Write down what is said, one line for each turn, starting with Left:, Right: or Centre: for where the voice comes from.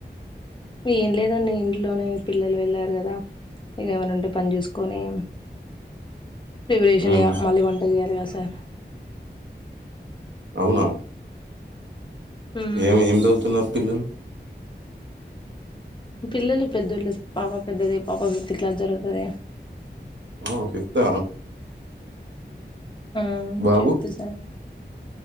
Left: ఏం లేదండి ఇంట్లోనే పిల్లలు వెళ్ళారుగదా ఇగ ఏమన్నుంటే పన్ చూసుకొని
Right: <unintelligible>
Left: ప్రిపరేషన్
Right: ఉమ్
Left: ఇగ మళ్ళీ వంట చేయాలేగా సార్
Right: అవునా
Left: మ్మ్.
Right: ఏం ఏం చదువుతున్నరు పిల్లలు
Left: పిల్లలు పెద్దోళ్ళే సార్ పాప పెద్దదే పాప ఫిఫ్త్ క్లాస్ చదువుతాది
Right: ఆ ఫిఫ్తా
Left: ఆమ్
Right: బాబు
Left: ఫిఫ్త్ సార్